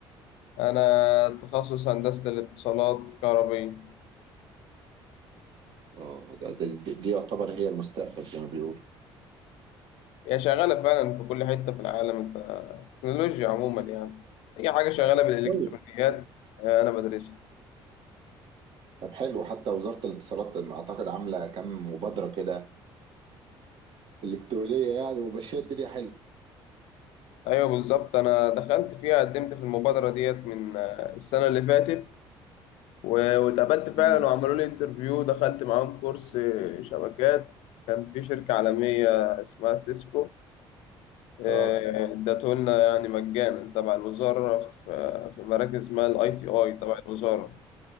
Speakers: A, on the left; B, on the right.
A: انا تخصص هندسة الاتصالات كهربية
B: اه ده, ده دي, دي يعتبر هي المستقبل زي ما بيقولوا
A: هي شغالة فعلا في كل حتة في العالم انت تكنولوجيا عموما يعني اي حاجة شغالة بالالكترونيات
B: كويس
A: آه، انا بدرسها
B: طب حلو حتى وزاره الاتصالات اعتقد عامله كام مبادره كده الكترونيه يعني وماشيه الدنيا حلو
A: ايوه بالظبط انا دخلت فيها قدمت في المبادرة ديت من آه، السنة اللي فاتت و- واتقابلت فعلا
B: مم.
A: وعملوا لي انترفيو دخلت معاهم كورس شبكات كان في شركة عالمية اسمها سيسكو آه،
B: اه
A: ادته لنا يعني مجانا تبع الوزارة في في مراكز ما الاي تي اي تبع الوزارة